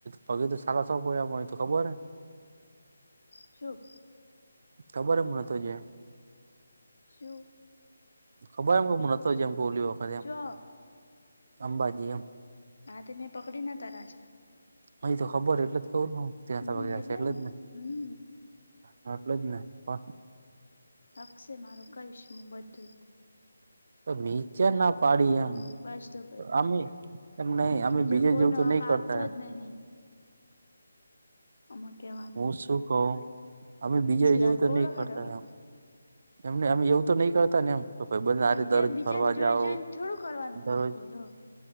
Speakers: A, on the right; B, on the left.
A: પગી તો સાારા સ પડ્યા પણ એ તો ખબર હે. <inaudible>
B: છો
A: ખબર એમ નતો જે
B: જું
A: ખબર એમ કે હું નતો જેમ કે ઓલી વખતે એમ
B: જો
A: અંબાજી એમ
B: હા તે મેને પકડીને તારશે.
A: અહી તો ખબર એટલે જ કવું હ ત્યાંગ
B: હમ
A: છે એટલે
B: ને
A: જને.
B: હમ
A: હ એટલે જ ને પણ
B: લકશે મારો કહીશ હું બધું.
A: તો નીચા ના પાડી
B: હ
A: એમ
B: બસ તો ભાઈ
A: અમે કેમ નહી અમે
B: બીજા
A: બીજે
B: કોઈનો
A: જેવું તો નહી
B: હક
A: કરતા
B: આપતો જ નહી આમાં કહેવાનું.
A: હું શું કહું અમે બીજા જવું
B: વાત
A: તો
B: બોલો
A: નહી કરતામ
B: હાડો હવે
A: એમને અમે એવું તો નહી કરતા ને એમ તો ભાઈબંધ આરે
B: બીજા
A: દરરોજ
B: બીજાને
A: ફરવા
B: જોઈ
A: જાઓ
B: જોઈને થોડું કરવાનું
A: દરરોજ
B: હોય કોઈલો